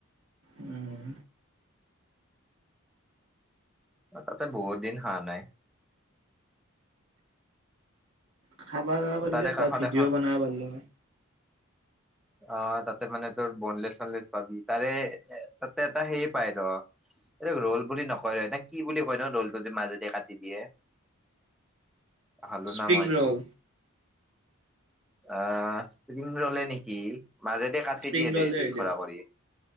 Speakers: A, on the right; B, in the centre.
A: উম
B: তাতে বহুত দিন হাঁহ নাই।
A: খাবানা বুলিলে
B: তাৰে
A: এটা
B: কাষত
A: ভিডিঅ'
B: এখন
A: বনাব পাৰিলোঁ হয়।
B: অ তাতে মানে তোৰ বনলেছ চনলেছ পাবি। তাৰে এ-এ তাতে এটা হেইৰি পায় ৰ। এইটো ৰোল বুলি নকয় না কি বুলি কয় না ৰোলটো যে মাজেদি কাটি দিয়ে। <inaudible> খালোঁ
A: স্প্ৰিং
B: না মই এইটো।
A: ৰল
B: আহ স্প্ৰিংৰলে নি। কি মাজেদি কাটি
A: স্প্ৰিং
B: দিয়ে
A: ৰলে
B: দেই দুই
A: হৈ
B: খৰা
A: দে
B: কৰি